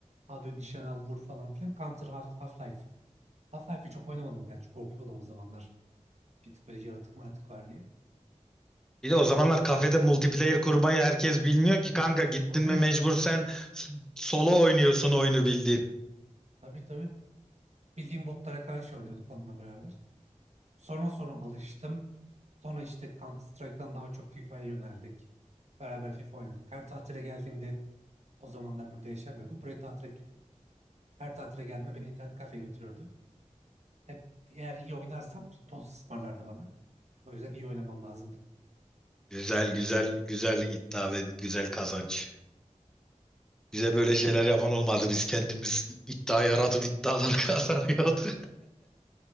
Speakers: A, on the right (about 60°); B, in the centre.
A: hadi nişan al vur falan filan. Counter Half- Half-Life. Half-Life'i çok oynamadım gerçi korkuyordum o zamanlar. Bir tık böyle yaratık maratık var diye.
B: Bir de o
A: Counter
B: zamanlar
A: Strike'da
B: kafede multiplayer kurmayı herkes bilmiyor ki kanka gittin
A: Tabii
B: mi mecbur sen s- solo oynuyorsun oyunu bildiğin.
A: Tabii tabii. Bildiğim botlara karşı oynuyorduk onunla beraber. Sonra sonra alıştım. Sonra işte Counter Strike'dan daha çok FIFA'ya yöneldik. Beraber FIFA oynadık. Her tatile geldiğimde o zamanlar burada yaşamıyordum. Buraya tatile geliyordum. Her tatile geldiğimde beni internet kafe götürürdü. Hep eğer iyi oynarsam bir tost ısmarlardı bana. O yüzden iyi oynamam lazımdı.
B: Güzel güzel güzel iddia ve güzel kazanç. Bize böyle şeyler yapan olmadı. Biz kendimiz iddia yaratıp iddialar <laughs> kazanıyorduk.